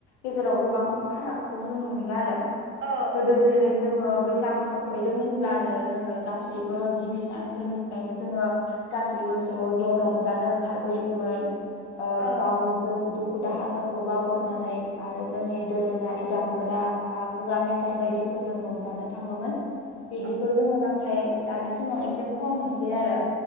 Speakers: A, on the left; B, on the right.
A: गेजेराव गोबां फारागखौ जों नुयो आरो
B: औ
A: गोदो
B: औ नोंथां
A: जेरै जोङो बैसागु सफैदों होनब्लानो जोङो गासैबो गिबि सानफोरनिफ्रायनो जोङो गासैबो ज ज रंजानो ओंखारबोयोमोन
B: औ
A: गावनि दुखु दाहाफोरखौ बावगारनानै आरो जोंनि दोरोङारि दामग्रा बा खुगा मेथाइ बायदिफोरजों रंजानो थाङोमोन
B: <inaudible>
A: बिदिखौ जोङो नाथाय दानि समाव एसे खम नुसै आरो